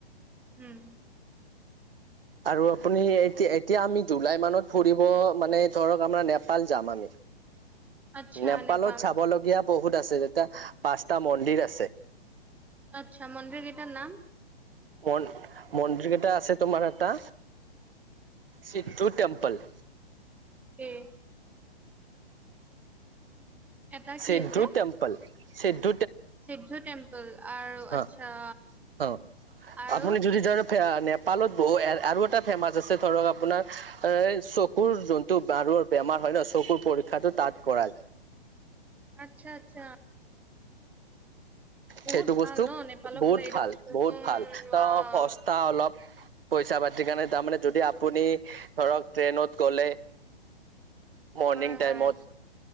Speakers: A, in the centre; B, on the right.
A: উম
B: আৰু আপুনি এতিয়া এতিয়া আমি জুলাই মানত ফুৰিব মানে ধৰক আমাৰ নেপাল যাম আমি।
A: <inaudible> আচ্ছা
B: নেপালত
A: নেপাল
B: চাবলগীয়া বহুত আছে যেতিয়া পাঁচটা মন্দিৰ আছে।
A: আচ্ছা! মন্দিৰ কেইটাৰ নাম?
B: মন মন্দিৰকেইটা আছে তোমাৰ এটা, সিদ্ধু টেম্পল।
A: উম এটা
B: সিদ্ধু
A: কি আছে
B: টেম্প, সিদ্ধ
A: সিদ্ধু টেম্পল আৰু আচ্ছা
B: অ', অ'।
A: আৰু।
B: আপুনি যদি ধৰ নেপালত বহু আৰু এটা ফেমাচ আছে ধৰক আপোনাৰ এ চকুৰ যোনটো। বেমাৰ হয় নহ চকুৰ পৰীক্ষাটো তাত কৰা যায়।
A: আচ্ছা আচ্ছা। বহুত
B: সেইটো বস্তু
A: ভাল ন নেপালৰ
B: বহুত
A: ফালে এইটো
B: ভাল
A: বস্তু উম
B: বহুত ভাল ত
A: ৱাও
B: সস্তা অলপ। পইচা পাতিৰ কাৰণে তাৰমানে যদি আপুনি ধৰক ট্ৰেইনত গ'লে। মৰ্নিং
A: হয়
B: টাইমত
A: হয়